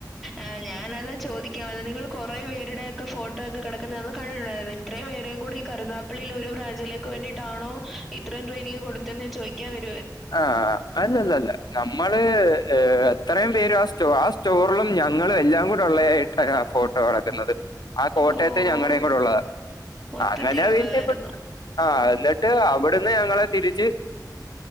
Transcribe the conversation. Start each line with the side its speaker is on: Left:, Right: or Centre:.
Centre: ആ ഞാനതാ ചോദിക്കാവന്ന നിങ്ങള് കൊറെ പേരുടെ ഒക്കെ ഫോട്ടോ ഒക്കെ കട <unintelligible> ഇത്രയും പേരേ കൂടെ ഈ കരുുന്നാപ്പള്ളിെ ഒരു ബ്രാഞ്ചിലേക്ക് വേണ്ടിയിട്ടാണോ ഇത്രയും ട്രെയിനിങ് കൊട്ത്തെന്ന് ചോയ്ക്യാൻ വര്
Left: ആ അല്ലല്ലല്ല ന മ്മള് എത്രയും പേര് ആ സ്റ്റോ ആ സ്റ്റോർലും ഞങ്ങൾ എല്ലാം കൂടെഒളെ അരാ ഫോട്ടോ കളക്കുന്നത് ആ കോട്ടയത്ത്
Centre: ഓഹ്
Left: ഞങ്ങടേകുടെ
Centre: ഓഹ്
Left: ഉള്ളതാ
Centre: മൊത്തത്തിലുള്ളതായിരുന്നു.
Left: അങ്ങനെ വേ വിടുന്ന് ആ എന്നിട്ട് അവിടുന്ന് ഞങ്ങളെ തിരിച്ച്